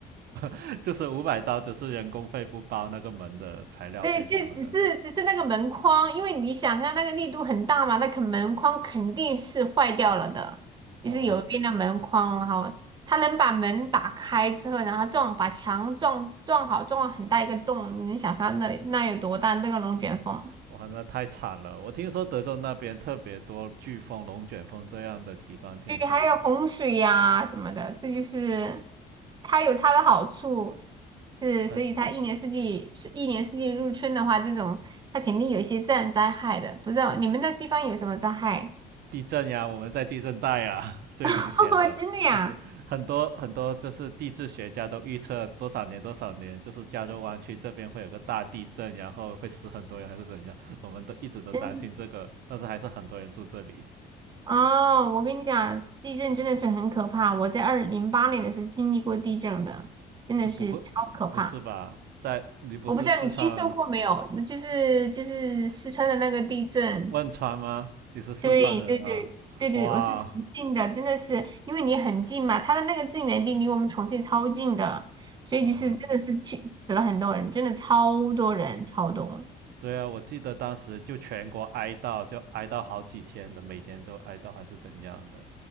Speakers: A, on the right (about 70°); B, on the right (about 25°).
A: <laughs> 就是五百刀，只是人工费不包那个门的材料费什么的。
B: 对，就只是只是那个门框，因为你想象那个力度很大嘛，那个门框肯定是坏掉了的，
A: 哦，
B: 就是有一边的门框，然后它能把门打开之后，然后撞把墙撞撞好，撞了很大一个洞，你能想象那那有多大？那个龙卷风，
A: 哇，那太惨了！我听说德州那边特别多飓风、龙卷风这样的极端天气，
B: 对，还有洪水呀、什么的，这就是它有它的好处，是所以它一年四季是一年四季入春的话，
A: 但是
B: 这种它肯定有一些自然灾害的，不知道你们那地方有什么灾害？
A: 地震呀，我们在地震带呀，<laughs> 最明显的就是很多很多就是地质学家都预测多少年多少年，
B: <laughs> 真的呀，
A: 就是加州湾区这边会有个大地震，然后会死很多人还是怎样，我们都一直都担心这个，
B: 真
A: 但是还是很多人住这里。
B: 哦，我跟你讲，地震真的是很可怕。我在二零零八年的时候经历过地震的，真的是超可怕。
A: 你不会，不是吧？在，你不是四川
B: 我不知道你听说过没有，那就是就是四川的那个地震。
A: 汶川吗？你是四川人吗？
B: 对对对对对，
A: 哇，
B: 我是重庆的，真的是因为你很近嘛，它的那个震源地离我们重庆超近的，所以就是真的是去死了很多人，
A: 哦，
B: 真的超多人，超多。
A: 对啊，我记得当时就全国哀悼，就哀悼好几天的，每年都哀悼还是怎样的，